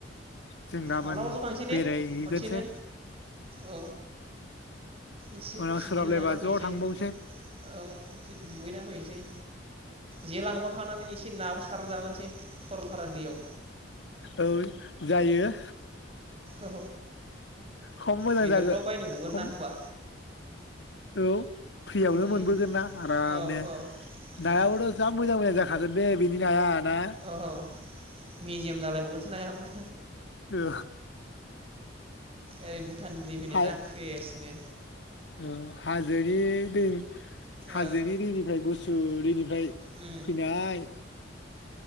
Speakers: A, on the left; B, on the right.
A: जों गाबोन
B: मालाबाथ थांसै दे
A: बेरायहैगोनसै
B: खनसेनो औ एसे
A: उनाव
B: पिकनिक
A: सोलाबलायबा
B: जाना फैनोसै
A: ज' थांबावनोसै
B: औ एसे दुगैना फैनोसै जे लांबाखानानै एसे नाबो सारना जाबोनोसै सरलपारा दैैयाव
A: औ जायो
B: औ
A: खम मोजां
B: बेदरफ्राव
A: जागो
B: बायनो गगोन
A: खम
B: ना होमबा
A: औ फ्रियावनो
B: उम
A: मोनबोगोन ना आराम
B: औ
A: नो
B: औ
A: नायाबोथ
B: उम
A: जा मोजां मोजां जा थागोन बे बिनि नाया ना
B: ओहौ मिजेम जालायबावगोनसो नायाबो
A: ओ
B: ओरै बु थानि दै फैदोना
A: हा
B: फ्रेसनो
A: ओ हाजोनि दै हाजोनि
B: औ
A: दैनिफ्राय गुस सु दै बोह फ्राय
B: उम
A: फैनाय